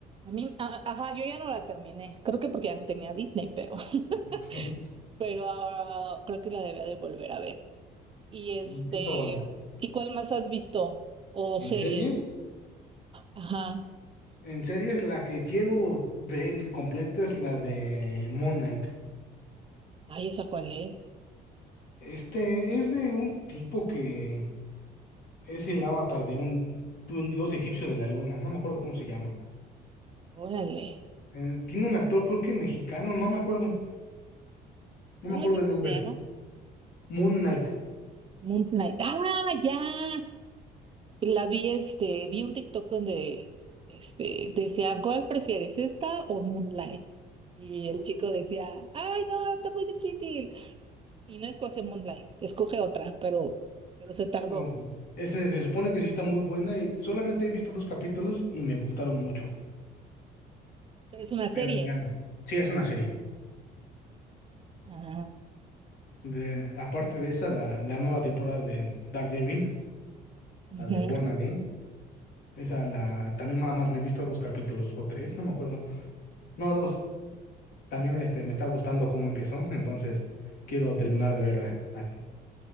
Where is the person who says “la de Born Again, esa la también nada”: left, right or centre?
Left